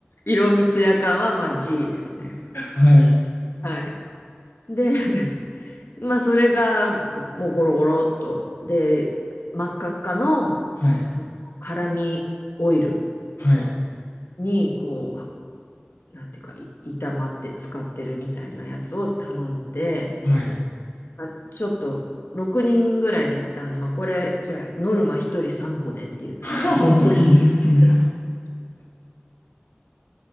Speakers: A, on the left (about 70°); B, on the left (about 80°).
A: 色味ツヤ感は、まあ G ですね。
B: はい、
A: はい。で、<laughs> まあ、それが、もうゴロゴロっと。で、真っ赤っかの、
B: はい、
A: その、辛味オイル。
B: はい、
A: にこうなんていうか炒まって使ってるみたいなやつを頼んで、
B: はい。
A: まあ、ちょっと6人ぐらいで行ったの、まあ、これじゃあノルマ1人3個ねって言って
B: <laughs> 多いですね。